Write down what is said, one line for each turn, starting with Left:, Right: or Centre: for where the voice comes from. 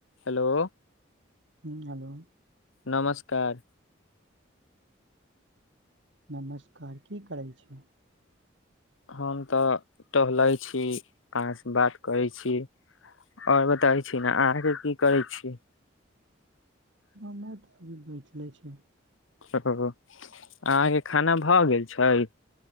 Left: Hello
Right: हँ hello
Left: नमस्कार
Right: नमस्कार की करै छि
Left: हम तऽ टहलै छी आहाँसँ बात करै छी आओर बताबै छी ने अहाँके की करै छी
Right: हमु तऽ अभी बैठले छि
Left: <unintelligible> अहाँके खाना भऽ गेल छय